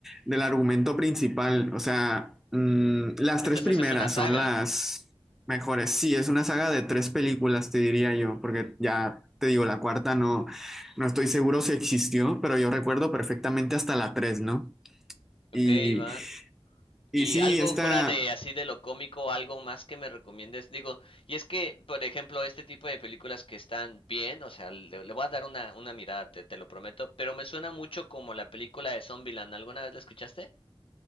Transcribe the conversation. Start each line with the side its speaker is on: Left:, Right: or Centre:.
Centre: del argumento principal, o sea, mm, las
Left: Entonces
Centre: tres primeras
Left: es una saga.
Centre: son las mejores, sí, es una saga de tres películas, te diría yo, porque ya te digo, la cuarta no, no estoy seguro si existió, pero yo recuerdo perfectamente hasta la tres, ¿no? Y...
Left: Ok, va.
Centre: Y
Left: Y
Centre: sí,
Left: algo
Centre: esta,
Left: fuera de así de lo cómico, algo más que me recomiendes. Digo, y es que, por ejemplo, este tipo de películas que están bien, o sea, le, le voy a dar una, una mirada, te, te lo prometo, pero me suena mucho como la película de Zombieland. ¿Alguna vez la escuchaste?